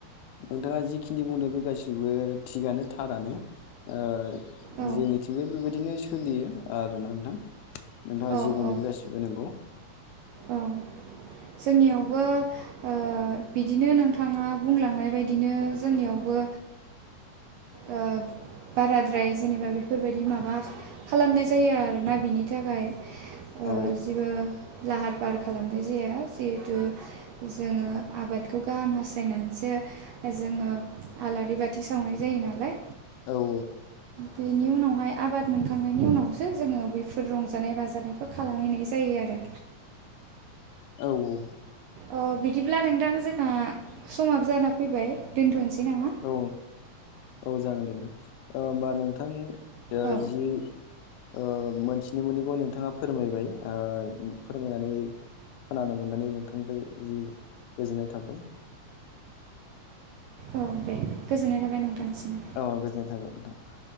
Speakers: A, on the left (about 80°); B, on the right (about 80°).
A: नोंथाङा जिखिनि बुंदों बे गासिबो थिगानो थारानो ओ
B: औ
A: जोंनिथिंबो बेबायदिनो सोलियो आरोना नोंथां नोंथाङा
B: औ
A: जि बुंदों
B: औ
A: गासि बो नंगौ।
B: औ जोंनियावबो ओ बिदिनो नोंथाङा बुंलांनाय बायदिनो जोंनियावबो ओ बाराद्राय जेनेबा बेफोरबायदि माबा खालामनाय जायो आरोना बिनि थाखाय ओ
A: औ
B: जिबो लाहार-फाहार खालामनाय जाया जिहेथु जोङो आबादखौ गाहाम हासाथायनानैसो जोङो आलारि बाथि सावनाय जायो नालाय
A: औ औ।
B: बेनि उनावहाय आबाद मोनखांनायनि उनावसो जोङो बेफोर रंजानाय बाजानाय बो खालामहैनाय जायो आरो
A: औ औ।
B: अ बिदिब्ला नोंथां जोंहा समाबो जाना फैबाय दोनथ'नोसै नामा?
A: औ औ जागोन दे ओ होनबा नोंथां ओ
B: औ
A: जि ओ मोनथिनो मोनिखौ नोंथाङा फोरमायबाय ओ फोरमायनानै खोनानो मोननानै नोंथांनिफ्राय जि गोजोननाय थाबाय।
B: औ दे गोजोननाय थाबाय नोंथांसिम।
A: औ गोजोननाय थाबाय नोंथां।